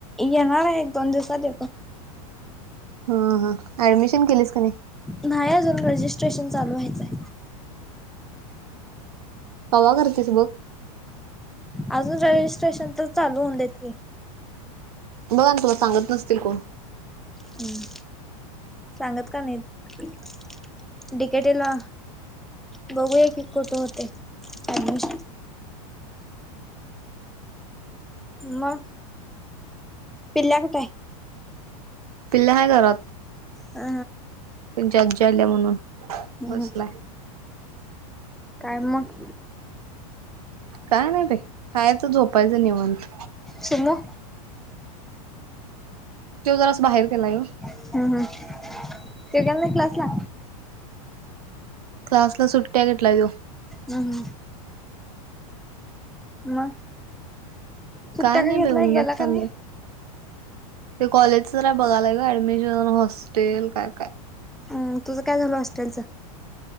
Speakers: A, in the centre; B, on the right.
A: येणार आहे एक दोन दिवसात येतो
B: ह हा ऍडमिशन केलीस काय
A: नाही अजून रजिस्ट्रेशन चालू व्हायचंय
B: कवा करतीस बघ
A: अजून रेजिस्ट्रेशन तर चालू होऊन देतील
B: बघा ना तुला सांगत नसतील कोण
A: हम् सांगत का नाही डिकेटीला बघूया की कुठ होते ऍडमिशन मग पिल्या काय
B: पिल्या हाय घरात
A: ओ
B: तुम्हचा आजी आल्या म्हणून
A: ह
B: बसलाय.
A: काय मग
B: काय नाही बाई खायचं झोपायचं निवांत
A: सुमु
B: त्यो जरा सं बाहेर घेलाय व
A: ह हा तो गेला य क्लासला
B: क्लासला सुट्या भेटायला वो
A: हम् हम् मग सुट्ट्या
B: काय नाही
A: घेतलाय
B: बाई उन्हात
A: गेला
B: तान्हात.
A: का नाही
B: ते कॉलेजचंचय बघालाय का ऍडमिशन हॉस्टेल काय काय
A: हम्म तुझं काय झालं हॉस्टलचं